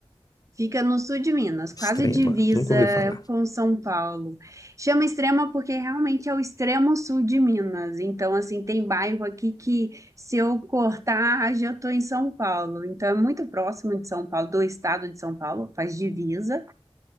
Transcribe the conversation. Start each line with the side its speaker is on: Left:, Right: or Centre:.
Right: Fica no sul de Minas, quase
Left: é extrema,
Right: divisa
Left: nunca ouvi falar.
Right: com São Paulo. Chama Extrema porque realmente é o extremo sul de Minas. Então, assim, tem bairro aqui que se eu cortar, já estou em São Paulo. Então, é muito próximo de São Paulo, do estado de São Paulo, faz divisa.